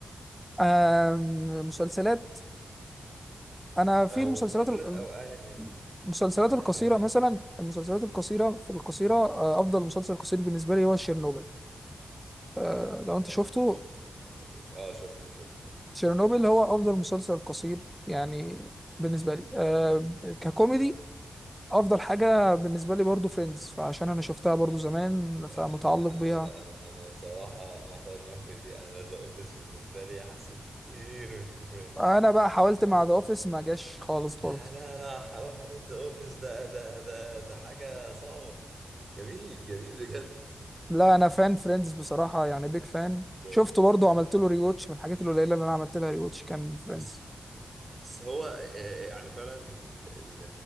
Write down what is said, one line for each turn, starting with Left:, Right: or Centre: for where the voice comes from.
Centre: آم، مسلسلات أنا في
Right: او
Centre: المسلسلات
Right: مسلسلات
Centre: ال-
Right: او انمي
Centre: المسلسلات
Right: اي
Centre: القصيرة
Right: حاجة يعني
Centre: مثلا المسلسلات القصيرة في القصيرة آه، أفضل مسلسل قصير بالنسبة لي هو شيرنوبل آه، لو
Right: اه
Centre: أنت شفته
Right: شيء عظيم اه شفته شفته
Centre: تشيرنوبل هو افضل مسلسل قصير يعني بالنسبه لي آه ككوميدي افضل حاجه بالنسبه لي برضو فريندز فعشان انا شفتها برضو زمان
Right: انا
Centre: فمتعلق بيها
Right: انا لا انا أنا بصراحه انا اعترض معاك في دي انا ذا اوفيس بالنسبه لي احسن بكتير من ذا فريندز
Centre: انا بقى حاولت مع ذا اوفيس ما جاش خالص برضو
Right: لا لا لا حرام عليك ذا اوفيس ده ده ده ده حاجه صعبه جميل جميل بجد
Centre: لا انا فان فريندز بصراحه يعني بيج فان
Right: ده
Centre: شفته برضو عملت له ريواتش من الحاجات القليله اللي انا عملت لها ريواتش كان فريندز
Right: بس بس هو آه، آه، يعني فعلا ال- ال-